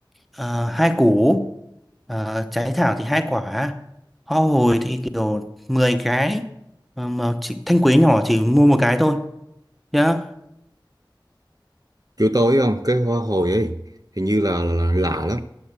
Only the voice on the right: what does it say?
Chỗ tôi không, cái hoa hồi ấy hình như là, là, là lạ lắm.